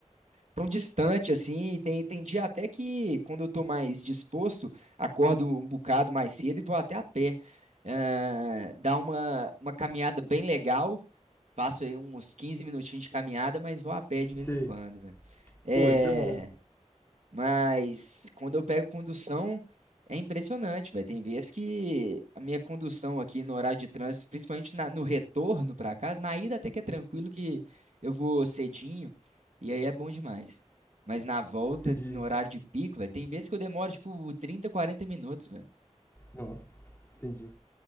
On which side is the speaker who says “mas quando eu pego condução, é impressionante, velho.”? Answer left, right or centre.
Right